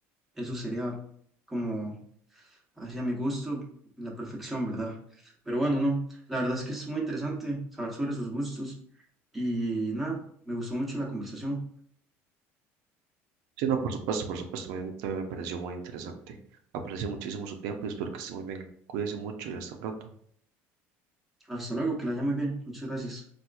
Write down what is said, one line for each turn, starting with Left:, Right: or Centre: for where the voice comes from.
Centre: Eso sería como hacia mi gusto la perfección, ¿verdad? Pero bueno, no, la verdad es que es muy interesante saber sobre sus gustos y nada, me gustó mucho la conversación.
Right: Sí, no, por supuesto, por supuesto, a mí también me pareció muy interesante. Aprecio muchísimo su tiempo y espero que esté muy bien. Cuídese mucho y hasta pronto.
Centre: Hasta luego, que la haya muy bien. Muchas gracias.